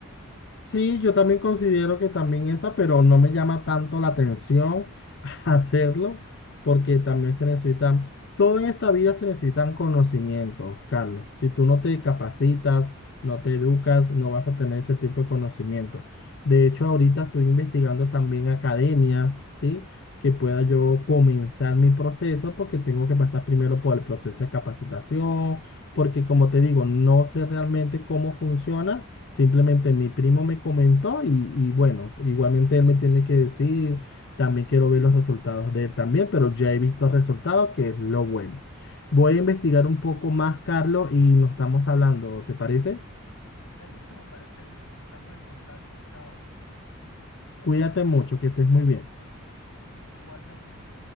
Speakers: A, on the left (about 50°); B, on the left (about 75°).
A: Sí, yo también considero que también esa, pero no me llama tanto la atención <laughs> hacerlo, porque también se necesitan, todo en esta vida se necesitan conocimientos, Carlos. Si tú no te capacitas, no te educas, no vas a tener ese tipo de conocimiento. De hecho, ahorita estoy investigando también academias, ¿sí? Que pueda yo comenzar mi proceso, porque tengo que pasar primero por el proceso de capacitación, porque como te digo, no sé realmente cómo funciona Simplemente mi primo me comentó y, y bueno, igualmente él me tiene que decir, también quiero ver los resultados de él también, pero ya he visto resultados, que es lo bueno. Voy a investigar un poco más, Carlos, y nos estamos hablando, ¿te parece?
B: Da listo, me parece bien. Estamos en contacto. Chao.
A: Cuídate mucho, que estés muy bien.
B: Listo, igualmente.